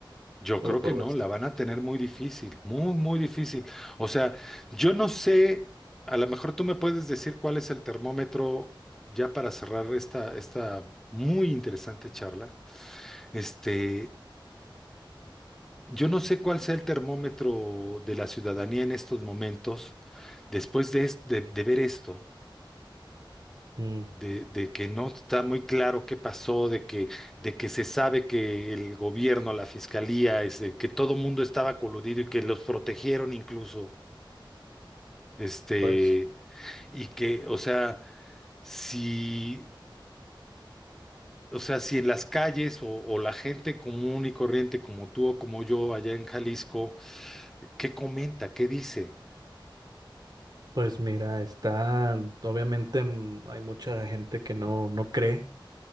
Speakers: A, in the centre; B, on the right (about 50°).
A: Yo
B: por
A: creo
B: todo
A: que no,
B: esto.
A: la van a tener muy difícil, muy, muy difícil. O sea, yo no sé, a lo mejor tú me puedes decir cuál es el termómetro ya para cerrar esta, esta muy interesante charla. Este, Yo no sé cuál sea el termómetro de la ciudadanía en estos momentos, después de, es- de- de ver esto,
B: Mm,
A: de, de que no está muy claro qué pasó, de que, de que se sabe que el gobierno, la fiscalía, este, que todo mundo estaba coludido y que los protegieron incluso, este,
B: pues,
A: y que, o sea, si, o sea, si en las calles o, o la gente común y corriente como tú o como yo allá en Jalisco, ¿qué comenta? ¿Qué dice?
B: pues mira, está, obviamente mm, hay mucha gente que no, no cree